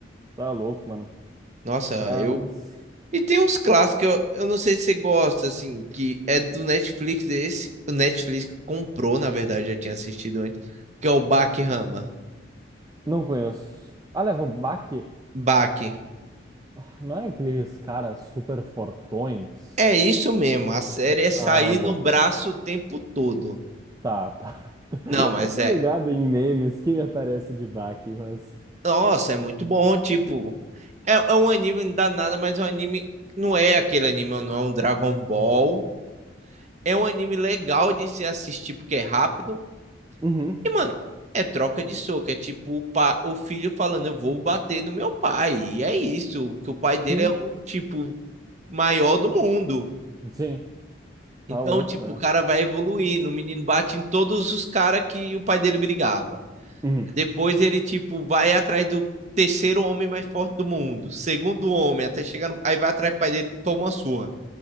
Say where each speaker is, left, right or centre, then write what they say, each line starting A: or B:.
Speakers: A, on the right (about 20°); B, on the right (about 35°).
A: Tá louco, mano.
B: Nossa,
A: Mas.
B: eu. E tem uns clássicos, eu, eu não sei se você gosta, assim, que é do Netflix esse. O Netflix comprou, na verdade, já tinha assistido antes, que é o Bach Rama
A: Não conheço. Aliás, não, vá que
B: Baque.
A: Ah, Não é aqueles caras super fortões?
B: É isso mesmo, a série é sair
A: Ah, bom.
B: no braço o tempo todo.
A: Tá, tá. <laughs>
B: Não, mas
A: Eu tô
B: é.
A: ligado em memes que me aparece de baque, mas.
B: Nossa, é muito bom, tipo. É, é um anime danado, mas é um anime. Não é aquele anime, não é um Dragon Ball. É um anime legal de se assistir porque é rápido.
A: Uhum,
B: E, mano, é troca de soco. É tipo o, pa... o filho falando: Eu vou bater no meu pai. E é isso, que o pai dele
A: Sim,
B: é o tipo maior do mundo.
A: sim, tá
B: Então,
A: louco.
B: tipo,
A: né?
B: o cara vai evoluindo. O menino bate em todos os caras que o pai dele brigava.
A: Uhum.
B: Depois ele, tipo, vai atrás do terceiro homem mais forte do mundo. Segundo homem, até chegar no... Aí vai atrás do pai dele toma uma surra.